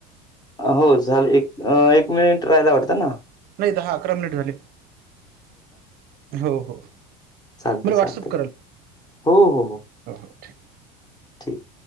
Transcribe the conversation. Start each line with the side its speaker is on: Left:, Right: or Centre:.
Left: हो झालं एक एक मिनिट राहायला वाटतं ना.
Right: नाही दहा अकरा मिनिट झाले हो हो.
Left: ांगते
Right: मला
Left: चागते
Right: व्हॉट्सअप
Left: हो हो हो.
Right: होओठी
Left: ठीक.